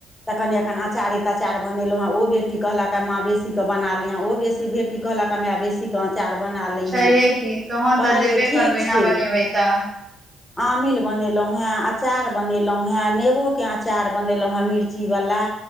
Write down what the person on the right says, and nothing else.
छैहे की तहन
तऽ देबे
करबै
ने बनेबै तऽ